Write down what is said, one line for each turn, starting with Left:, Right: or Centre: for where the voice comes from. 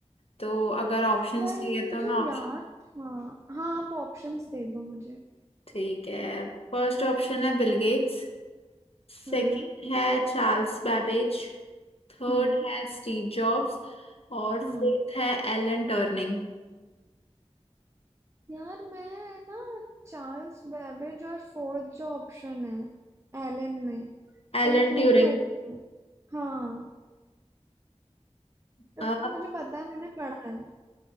Left: तो अगर ऑप्शन
Right: यार
Left: चाहिए
Right: ये
Left: तो
Right: मुझे
Left: मैं ऑप्शन
Right: याद हाँ हाँ आप ऑप्शंस दे दो मुझे
Left: ठीक है फर्स्ट ऑप्शन है बिल गेट्स
Right: हम्म
Left: सेकंड है चार्ल्स बैबेज थर्ड
Right: हम्म
Left: है स्टीव जॉब्स और
Right: हम्म
Left: फोर्थ है एलन टर्निंग
Right: यार मैं ना चार्ल्स बेबेज और फोर्थ जो ऑप्शन है एलन में
Left: Alan
Right: कंफ्यूज
Left: Turing
Right: हो गई हूँ। हाँ क्योंकि
Left: अ,
Right: मुझे पता है मैंने पढ़ा